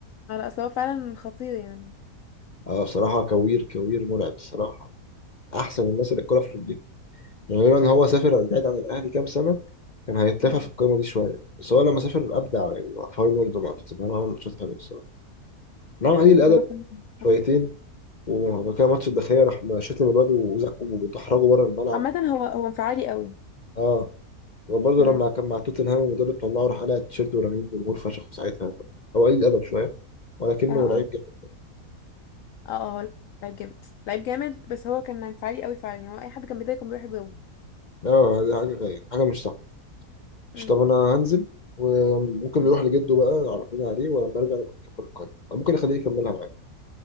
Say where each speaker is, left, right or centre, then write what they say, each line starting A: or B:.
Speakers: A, on the left; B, on the left.
A: على اصل هو فعلا خطير يعني
B: آه، بصراحة كوير كوير مرعب الصراحة أحسن من الناس اللي الكورة في رجليه يعني لولا إن هو سافر بعيد عن الأهلي كام سنة كان هيتلافى
A: امم
B: في القايمة دي شوية بس هو لما سافر أبدع يعني مع حوالي برضه مع توتنهام عمل ماتشات حلوة الصراحة نعم قليل
A: هو موهبة
B: الأدب
A: فعلاً
B: شويتين
A: خطير
B: وبعد كده ماتش الداخلية راح شتم الواد وزقه ودحرجه بره الملعب
A: عامة هو هو انفعالي قوي
B: اه وبرضه
A: امم
B: لما كان مع توتنهام المدرب طلعه راح قلع التيشيرت ورميه الجمهور فشخ ساعتها هو قليل الادب شويه ولكنه
A: اه اه
B: لعيب جامد
A: اه اه هو لعيب جامد لعيب جامد بس هو كان انفعالي قوي فعلا يعني هو اي حد كان بيضايقه كان بيروح يضربه
B: اه دي حاجه غير حاجه مش صح
A: امم
B: مش طب انا هنزل وممكن
A: امم
B: نروح لجده بقى عرفنا عليه ولما ارجع نبقى نكمل القايمه أو ممكن اخليه يكملها معايا